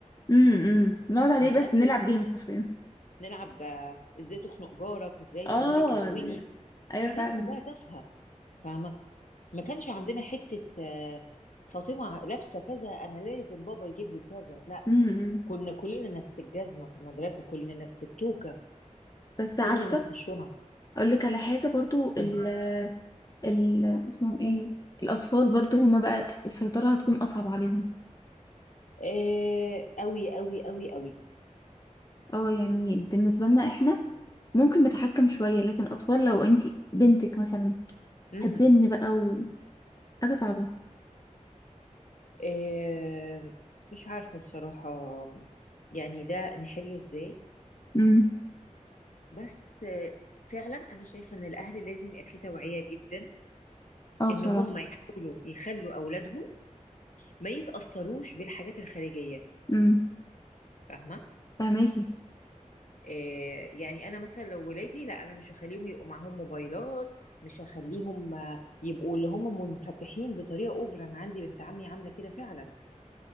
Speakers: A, on the left; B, on the left.
A: امم نقعد عليه
B: انت
A: بس
B: اخرك
A: نلعب جيمز حرفيا
B: نلعب آه، ازاي تخنق جارك ازاي
A: اه
B: تقعدي تلوني
A: ايوه
B: حاجات
A: فعلا
B: كلها تافهه فاهمه ما كانش عندنا حتة آه، فاطمة ع- لابسة كذا أنا لازم بابا يجيب لي كذا لا
A: امم
B: كنا كلنا نفس الجزمة في المدرسة كلنا نفس التوكة
A: بس
B: كلنا
A: عارفة
B: نفس الشنط
A: اقول لك على حاجة برضو ال
B: امم
A: ال اسمهم ايه الاطفال برضو هما بقى السيطرة هتكون اصعب عليهم
B: آه أوي أوي أوي أوي
A: اه يعني بالنسبة لنا احنا ممكن نتحكم شوية لكن اطفال لو انتي بنتك مثلا
B: امم
A: هتزن بقى وحاجة صعبة
B: آه مش عارفة بصراحة يعني ده نحله إزاي
A: امم
B: بس آه، فعلا أنا شايفة إن الأهل لازم يبقى فيه توعية جدا
A: اه
B: إن
A: بصراحة
B: هم يحاولوا يخلوا أولادهم ما يتأثروش بالحاجات الخارجية
A: امم
B: فاهمة
A: فهماكي
B: آه، يعني انا مثلا لو ولادي لا انا مش هخليهم يبقوا معاهم موبايلات مش هخليهم آه، يبقوا اللي هم منفتحين بطريقه اوفر انا عندي بنت عمي عامله كده فعلا